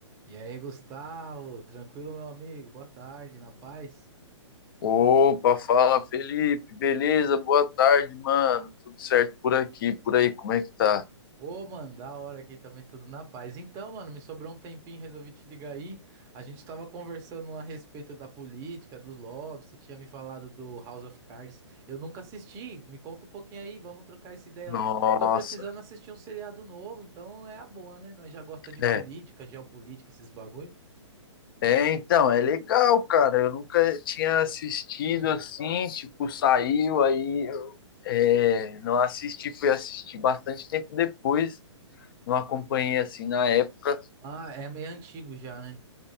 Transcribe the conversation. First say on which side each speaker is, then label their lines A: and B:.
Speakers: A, on the right (about 20°); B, on the left (about 45°).
A: E aí, Gustavo, tranquilo, meu amigo? Boa tarde, na paz?
B: Opa, fala Felipe, beleza? Boa tarde, mano. Tudo certo por aqui, por aí, como é que tá?
A: Ô, mano, da hora aqui também, tudo na paz. Então, mano, me sobrou um tempinho, resolvi te ligar aí. A gente tava conversando a respeito da política, dos lobbies, você tinha me falado do House of Cards. Eu nunca assisti, me conta um pouquinho aí, vamos trocar essa ideia.
B: Nossa,
A: Eu Tô precisando assistir um seriado novo, então é a boa, né? Nós já gosta de política,
B: é.
A: geopolítica, esses bagulho.
B: É, então, é legal, cara. Eu nunca tinha assistido
A: Hum.
B: assim, tipo, saiu aí, eu- é, não assisti, fui assistir bastante tempo depois, não acompanhei assim na época.
A: Ah, é meio antigo já, né?